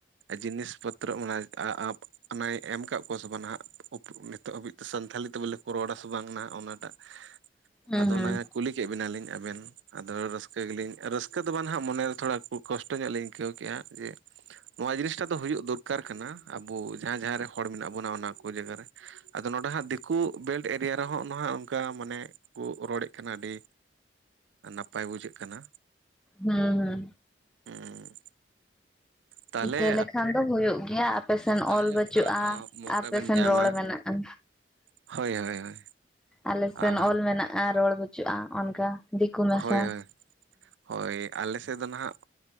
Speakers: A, on the right (about 75°); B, in the centre.
A: ᱡᱤᱱᱤᱥ ᱯᱚᱛᱨᱚ ᱢᱟᱱᱮ ᱟᱼᱟᱵ ᱚᱱᱟᱭ ᱮᱢ ᱠᱟᱜ ᱠᱚᱣᱟ ᱥᱮ ᱵᱟᱝ ᱱᱟᱦᱟᱸᱜ <unintelligible> ᱱᱤᱛᱚᱜ ᱦᱟᱹᱵᱤᱡ ᱛᱮ ᱥᱟᱱᱛᱷᱟᱞᱤ ᱛᱮ ᱵᱚᱞᱮ ᱠᱚ ᱨᱚᱲᱟ ᱥᱮ ᱵᱟᱝ ᱱᱟᱜ ᱚᱱᱟᱴᱟᱜ
B: ᱦᱩᱸ
A: ᱟᱫᱚ ᱚᱱᱟ ᱠᱩᱞᱤ ᱠᱮᱜ ᱵᱮᱱᱟᱞᱤᱧ ᱟᱵᱮᱱ ᱟᱫᱚ ᱨᱟᱹᱥᱠᱟᱹ ᱜᱮᱞᱤᱧ ᱨᱟᱹᱥᱠᱟᱹ ᱫᱚ ᱵᱟᱸ ᱱᱟᱦᱟᱸᱜ ᱢᱚᱱᱮᱨᱮ ᱛᱷᱚᱲᱟ ᱠᱚ ᱠᱚᱥᱴᱚ ᱧᱚᱜ ᱞᱤᱧ ᱟᱹᱭᱠᱟᱹᱣ ᱠᱮᱜᱼᱟ ᱡᱮ ᱱᱚᱣᱟ ᱡᱤᱱᱤᱥᱴᱟ ᱫᱚ ᱦᱩᱭᱩᱜ ᱫᱚᱨᱠᱟᱨ ᱠᱟᱱᱟ ᱟᱵᱚ ᱡᱟᱦᱟᱸ ᱡᱟᱦᱟᱸ ᱨᱮ ᱦᱚᱲ ᱢᱮᱱᱟᱜ ᱵᱚᱱᱟ ᱚᱱᱟ ᱠᱚ ᱡᱟᱭᱜᱟ ᱨᱮ᱾ ᱟᱫᱚ ᱱᱚᱸᱰᱮ ᱦᱟᱸᱜ ᱫᱤᱠᱩ ᱵᱮᱞᱴ ᱮᱨᱤᱭᱟ ᱨᱮᱦᱚᱸᱜ ᱢᱟ ᱦᱟᱸᱜ ᱚᱝᱠᱟ ᱢᱟᱱᱮ ᱠᱚ ᱨᱚᱲᱮᱜ ᱠᱟᱱᱟ ᱟᱹᱰᱤ ᱱᱟᱯᱟᱭ ᱵᱩᱡᱷᱟᱹᱜ ᱠᱟᱱᱟ᱾
B: ᱦᱩᱸ ᱦᱩᱸ
A: ᱦᱮᱸ ᱛᱟᱦᱚᱞᱮ
B: ᱨᱤᱠᱟᱹ ᱞᱮᱠᱷᱟᱱ ᱫᱚ ᱦᱩᱭᱩᱜ ᱜᱮᱭᱟ ᱟᱯᱮᱥᱮᱱ
A: ᱛᱟᱦᱚᱞᱮ
B: ᱚᱞ ᱵᱟᱹᱪᱩᱜᱼᱟ
A: ᱚᱱᱠᱟ ᱟ ᱢᱚᱠᱟ
B: ᱟᱯᱮᱥᱮᱱ
A: ᱵᱮᱱ ᱧᱟᱢᱟ
B: ᱨᱚᱲ ᱢᱮᱱᱟᱜᱼᱟ
A: ᱦᱳᱭ ᱦᱳᱭ ᱦᱳᱭ
B: ᱟᱞᱮᱥᱱ
A: ᱟᱨ
B: ᱚᱞ ᱢᱮᱱᱟᱜᱼᱟ ᱨᱚᱲ ᱵᱟᱹᱪᱩᱜᱼᱟ ᱚᱱᱠᱟ ᱫᱤᱠᱩ ᱢᱮᱥᱟ
A: ᱦᱳᱭ ᱦᱳᱭ ᱦᱳᱭ ᱟᱞᱮ ᱥᱮᱫ ᱫᱚ ᱱᱟᱦᱟᱜ